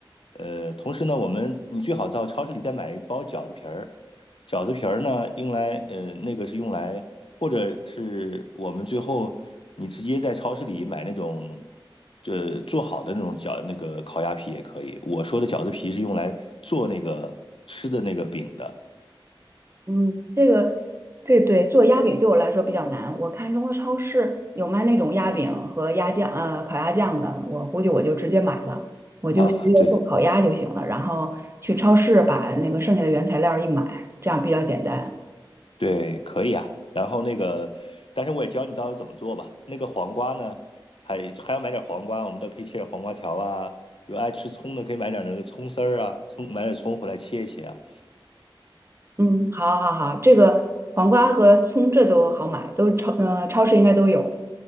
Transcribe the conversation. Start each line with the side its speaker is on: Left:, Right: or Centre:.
Left: 呃，同时呢，我们你最好到超市里再买一包饺子皮儿，饺子皮儿呢用来呃那个是用来。或者是我们最后你直接在超市里买那种，呃，做好的那种饺那个烤鸭皮也可以。我说的饺子皮是用来做那个吃的那个饼的
Right: 嗯，这个对对，做鸭饼对我来说比较难。我看中国超市有卖那种鸭饼和鸭酱，呃，烤鸭酱的，我估计我就直接买了，我就直接做烤鸭就行了。
Left: 啊，对
Right: 然后去超市把那个剩下的原材料一买，这样比较简单。
Left: 对，可以啊。然后那个，但是我也教你到底怎么做吧。那个黄瓜呢，还还要买点黄瓜，我们都可以切点黄瓜条啊。有爱吃葱的可以买点那个葱丝儿啊，葱买点葱回来切一切啊。
Right: 嗯，好，好，好，这个黄瓜和葱这都好买，都是超，呃，超市应该都有。